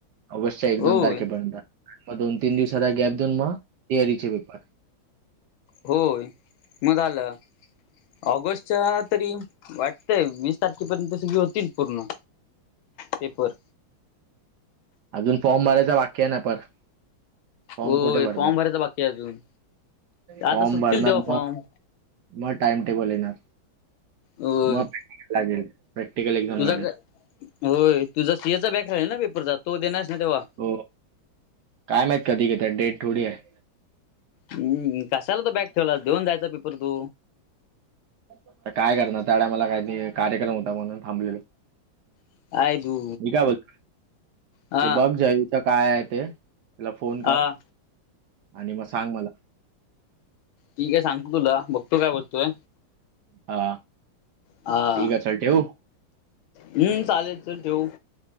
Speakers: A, on the right; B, on the left.
A: ऑगस्टच्या एक दोन
B: होय
A: तारखेपर्यंत मग दोन तीन दिवसाचा गॅप देऊन, मग सीयारीचे पेपर
B: होय मग झालं, ऑगस्टच्या तरी वाट तय, वीस तारखेपर्यंत सगळी होतील पूर्ण पेपर.
A: आजून फॉर्म भरायचा बाकी आहे ना पणं फॉम
B: होय
A: कुठे भरलाय?
B: फॉर्म भरायचा बाकी आहे अजून
A: फॉम
B: आता सुटतील
A: भरणार
B: तेव्हा फॉर्म
A: मग. म टाइम टेबल येणार,
B: होय
A: म प्रॅकटिकल लागेल, प्रॅक्टिकल एक्झाम
B: तुझा
A: लागेल.
B: होय, तुझा सीएचा बॅक राहिलाय ना पेपर, जा देणार हायेस ना तेव्हा.
A: हो. काय माहीत कधी घेतात? डेट थोडी हाय.
B: हम् कशाला तो बॅक ठेवला देऊन जायचा पेपर तू.
A: आता काय करणार. टायमाला काय ते कार्यक्रम होता म्हणून थांबलेल.
B: काय तू
A: मी काय बोलतोय
B: हा
A: ते बघ ग आई. तीथ काय आहे ते तीला फोन कर
B: हा
A: आणि मग सांग मला.
B: ठीक आहे सांगतो तुला बघतो काय वस्तू हे.
A: हा
B: हा
A: ठीक हे चल ठेऊ.
B: हम्म चालेल चल ठेवू.